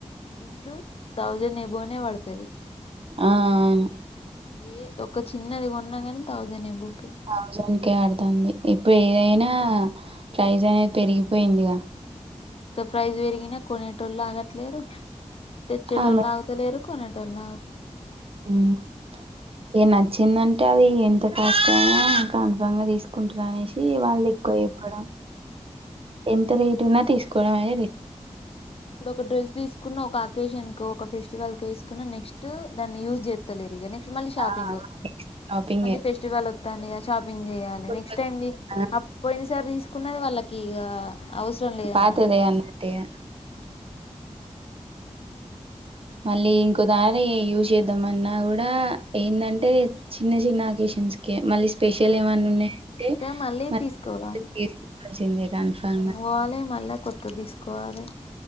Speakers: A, on the left; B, on the right.
A: బిల్లు థౌజండ్ ఎబౌవ్నే పడతది
B: ఆ అవును
A: ఏ ఒక చిన్నది కొన్నా కాని థౌసండ్ ఏబౌవ్
B: థౌజండ్ కేే ఆడతంది ఇప్పుడు ఏదైనా ప్రైజ్ అనేది పెరిగిపోయిందిగా
A: ఎంత ప్రైజ్ పెరిగిన కొనేటోళ్ళు ఆగట్లేరు తెచ్చేటోళ్ళు
B: ఆమె
A: ఆగుతలేరు కొనేటోళ్ళ ఆగుతలే
B: హ్మ్ ఇగ నచ్చిందంటే అది ఎంత కాస్ట్ అయినా కన్ఫామ్ గా తీసుకు తీసుకుంటున్నా అనేసి
A: తీసుకుంటారా
B: వాళ్ళు ఎక్కువ చెప్పడం ఎంత రేట్ ఉన్నా తీసుకోవడం అ
A: ఇప్పుడు ఒక డ్రెస్ తీసుకున్నా ఒక అకేషన్ ఒక ఫెస్టివల్ కి వేసుకున్నా నెక్స్ట్ దాన్ని యూజ్ జేత్తలేరు ఇగ నెక్స్ మళ్ళీ షాపింగ్
B: ఆ షాపింగే
A: మళ్ళీ ఫెస్టివల్ వత్తాందిగ షాపింగ్ చేయాలి
B: కొత్తది
A: నెక్స్ట్ టైమ్ది
B: ఆ!
A: అప్ పొయిన సారి తీసుకున్నది వాళ్ళకి ఇగ అవసరం లేద
B: పాతదే
A: అన్నట్
B: అన్నట్టు ఇగ. మళ్ళీ ఇంకో దారి యూజ్ చేద్దాంమన్నా కూడా ఏందంటే చిన్న చిన్న అకేషన్స్ కి ఓ మళ్ళీ స్పెషల్
A: ఆ
B: ఏమన్నా ఉన్నాయంటే
A: అంటే మళ్ళీ
B: మళ్
A: తీసుకోవాల
B: తీసుకోల్సిందే కన్ఫామ్ గా
A: కోవాలి మళ్ళా కొత్తది తీసుకోవాలె